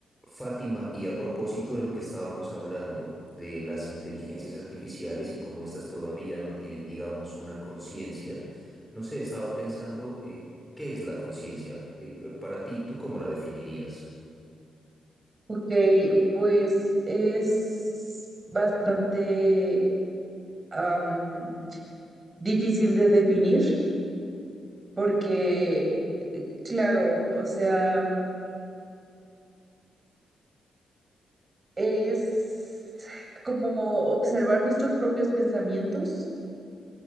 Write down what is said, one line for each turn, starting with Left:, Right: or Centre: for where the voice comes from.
Centre: Fátima, y a propósito de lo que estábamos hablando de las inteligencias artificiales y cómo estas todavía no tienen, digamos, una conciencia, no sé, estaba pensando, eh, ¿qué es la conciencia? Eh, para ti, ¿tú cómo la definirías?
Right: Ok, pues es bastante am, difícil de definir porque, claro, o sea, es como observar nuestros propios pensamientos.